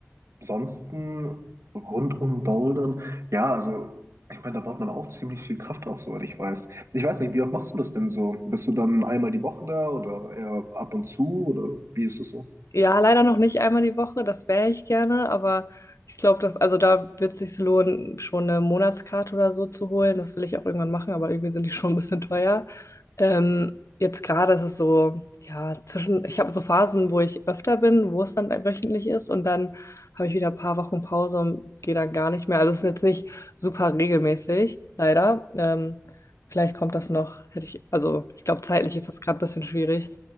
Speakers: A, on the right; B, on the left.
A: Ansonsten rund um Bouldern, ja, also ich meine, da baut man auch ziemlich viel Kraft auf, soweit ich weiß. Ich weiß nicht, wie oft machst du das denn so? Bist du dann einmal die Woche da oder eher ab und zu oder wie ist es so?
B: Ja, leider noch nicht einmal die Woche, das wäre ich gerne, aber ich glaube, dass, also da wird es sich lohnen, schon eine Monatskarte oder so zu holen. Das will ich auch irgendwann machen, aber irgendwie sind die schon ein bisschen teuer. Ähm, jetzt gerade ist es so, ja, zwischen, ich habe so Phasen, wo ich öfter bin, wo es dann wöchentlich ist und dann habe ich wieder ein paar Wochen Pause und gehe dann gar nicht mehr. Also es ist jetzt nicht super regelmäßig, leider. Ähm, vielleicht kommt das noch, hätte ich, also ich glaube, zeitlich ist das gerade ein bisschen schwierig